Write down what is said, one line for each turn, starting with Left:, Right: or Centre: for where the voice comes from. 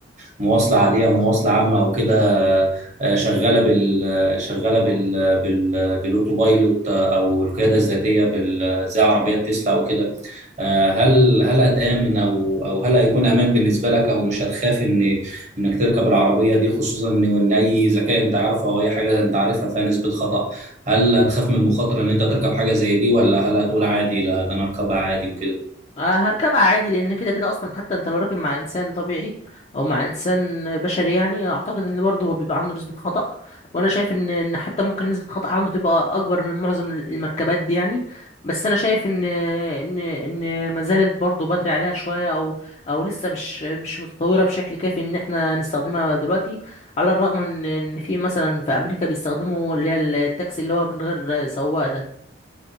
Right: مواصلة عادية او مواصلة عامة او كده آه، شغالة بال شغالة بال بال بالاوتوبايلوت او القيادة الذاتية بال زي عربيات تسلا او كده آه، هل هل هتآمن او او هل هيكون امان بالنسبه لك او مش هتخاف ان انك تركب العربيه دي خصوصا ان وان اي ذكاء انت عارفه او اي حاجه انت عارفها فيها نسبه خطأ هل هتخاف من المخاطره ان انت تركب حاجه زي دي ولا هل هتقول عادي لا ده انا اركبها عادي وكده
Left: آه، هركبها عادي لان كده كده اصلا حتى انت لو راكب مع انسان طبيعي او مع انسان بشري يعني اعتقد ان برضه هو بيبقى عنده نسبة خطأ وانا شايف ان ان حتى ممكن نسبة خطأ عنده تبقى اكبر من معظم المركبات دي يعني بس انا شايف ان ان ان ما زالت برضه بدري عليها شوية او او لسه مش مش متطورة بشكل كافي ان احنا نستخدمها دلوقتي على الرغم من ان في مثلا في امريكا بيستخدموا اللي هي التاكسي اللي هو من غير سواق ده